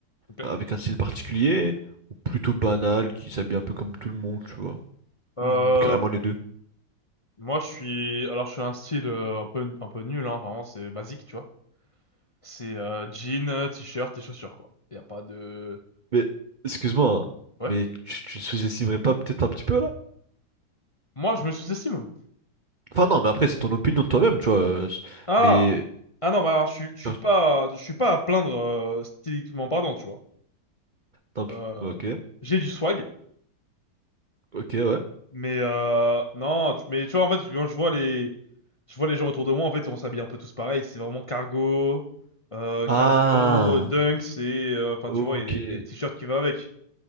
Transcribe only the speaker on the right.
euh, avec un style particulier, ou plutôt banale, qui s'habille un peu comme tout le monde, tu vois,
ou carrément les deux.
Mais, excuse-moi, hein,
mais tu, tu sous-estimerais pas peut-être un petit peu là?
Enfin, non, mais après, c'est ton opinion de toi-même, tu vois. euh, c'est-
mais,
genre,
non,
ok,
ok, ouais.
Ah,
ok.